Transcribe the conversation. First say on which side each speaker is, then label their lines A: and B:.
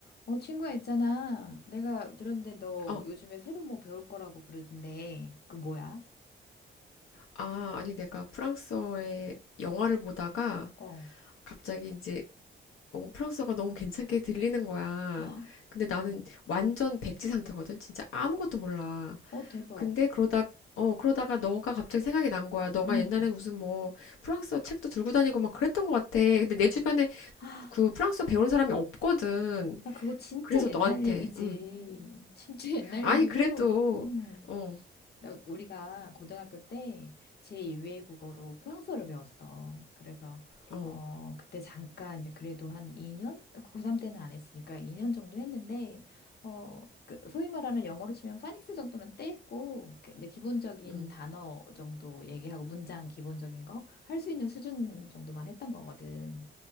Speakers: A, on the left; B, on the left.
A: 어, 친구야 있잖아. 내가 들었는데 너
B: 어,
A: 요즘에 새로 뭐 배울 거라고 그러던데. 그 뭐야?
B: 아, 아니 내가 프랑스어의 영화를 보다가
A: 어.
B: 갑자기 이제 어, 프랑스어가 너무 괜찮게 들리는 거야.
A: <gasps>
B: 근데 나는
A: 응.
B: 완전 백지 상태거든. 진짜 아무것도 몰라.
A: 어, 대박.
B: 근데 그러다 어, 그러다가 너가 갑자기 생각이 난 거야. 너가
A: 응.
B: 옛날에 무슨 뭐 프랑스어 책도 들고 다니고 막 그랬던 것 같아. 근데 내 주변에
A: <gasps> 아,
B: 그 프랑스어 배우는 사람이 없거든.
A: 나 그거 진짜
B: 그래서
A: 옛날
B: 너한테
A: 얘기지.
B: 음.
A: 진짜 <laughs> 옛날
B: 아니
A: 얘기고.
B: 그래도
A: 응.
B: 어,
A: 나- 우리가 고등학교 때 제2외 국어로 프랑스어를 배웠어. 그래서
B: 어,
A: 어 그때 잠깐 이제 그래도 한 2년? 고3 때는 안 했으니까 2년 정도 했는데 어그 소위 말하는 영어로 치면 파닉스 정도는 떼고 그- 이제 기본적인
B: 음.
A: 단어 정도 얘기하고 문장 기본적인 거 할 수 있는 수준 정도만 했던 거거든.